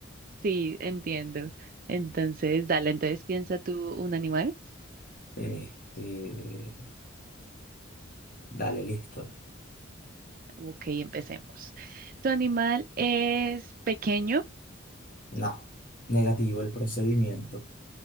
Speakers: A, on the right (about 45°); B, on the left (about 45°).
A: sí, entiendo. Entonces, dale, entonces piensa tú un animal.
B: Este, dale, listo.
A: Ok, empecemos. Tu animal es pequeño.
B: No, negativo el procedimiento.